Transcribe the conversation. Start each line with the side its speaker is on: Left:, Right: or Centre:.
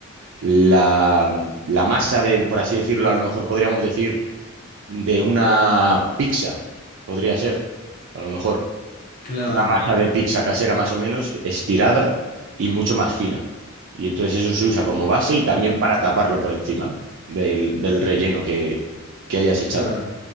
Right: la, la masa de, por así decirlo, a lo mejor podríamos decir, de una pizza, podría ser, a lo mejor.
Left: Claro,
Right: una masa de pizza casera más o menos estirada y mucho más fina. Y entonces eso se usa como base y también
Left: claro,
Right: para taparlo por encima del, del relleno que, que hayas echado.
Left: claro.